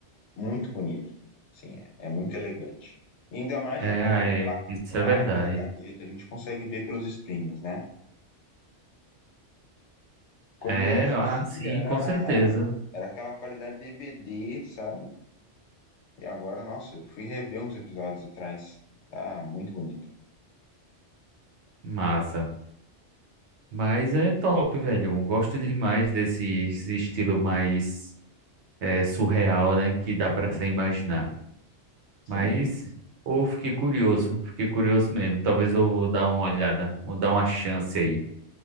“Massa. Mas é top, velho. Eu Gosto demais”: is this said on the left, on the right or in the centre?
Right